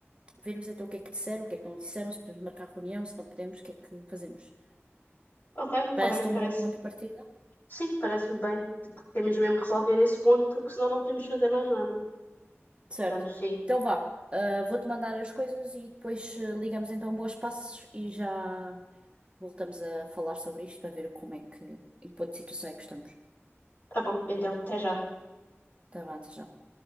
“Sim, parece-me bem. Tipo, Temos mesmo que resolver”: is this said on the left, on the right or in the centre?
Left